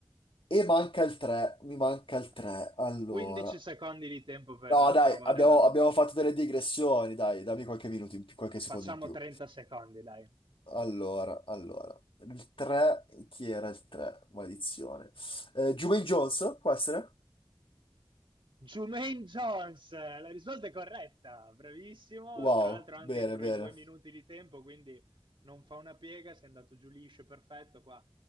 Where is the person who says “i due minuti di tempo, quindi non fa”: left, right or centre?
Right